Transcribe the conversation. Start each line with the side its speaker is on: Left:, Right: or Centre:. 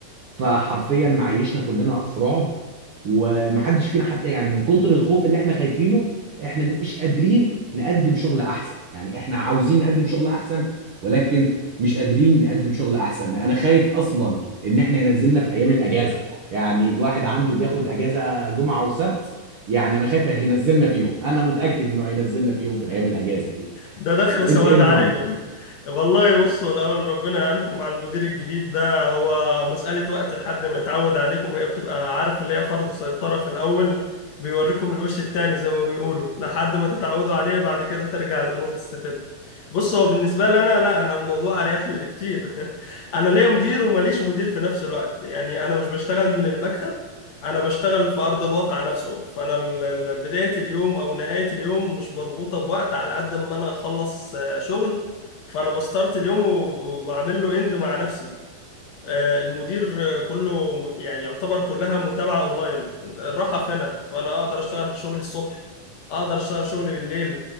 Right: فحرفيا معيشنا كلنا في رعب ومحدش فينا حتى يعني من كتر الخوف اللي احنا خايفينه احنا مش قادرين نقدم شغل احسن يعني احنا عاوزين نقدم شغل احسن ولكن مش قادرين نقدم شغل احسن انا خايف اصلا ان احنا ينزلنا في ايام الاجازه يعني الواحد عنده بياخد اجازه جمعه وسبت يعني انا خايف هينزلنا فيهم انا متاكد انه هينزلنا فيهم في الايام الاجازه دي
Left: ده دخلة سواد
Right: انت ايه نظامك
Left: عليكم <laughs> والله بصوا الأول ربنا يعينكم مع المدير الجديد ده هو مسألة وقت لحد ما يتعود عليكم هي بتبقى عارف اللي هي فرض سيطرة في الأول بيوريكم الوش التاني زي ما بيقولوا لحد ما تتعودوا عليه بعد كده ترجع الأمور تستتب بص هو بالنسبة لي أنا لا أنا الموضوع أريح لي بكتير <laughs> أنا ليا مدير ومليش مدير في نفس الوقت يعني أنا مش بشتغل من المكتب انا بشتغل في ارض الواقع نفسه فانا ال- ال- بدايه اليوم او نهايه اليوم مش مربوطه بوقت على قد ما انا اخلص آه، شغل فانا بستارت اليوم وب- وبعمل له اند مع نفسي آه، المدير آه، كله م- يعني يعتبر كلها متابعة اونلاين الراحة في هنا فانا اقدر اشتغل شغلي الصبح اقدر اشتغل شغلي بالليل